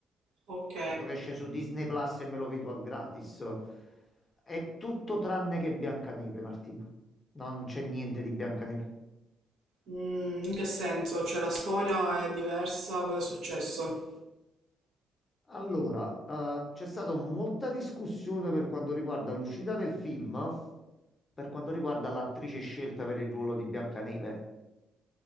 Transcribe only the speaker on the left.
aspetto che esce su Disney Plus e me lo vedo a gratis. È tutto tranne che Biancaneve, Martina. Non c'è niente di Biancaneve.
Allora, eh, c'è stata molta discussione per quanto riguarda l'uscita del film, per quanto riguarda l'attrice scelta per il ruolo di Biancaneve.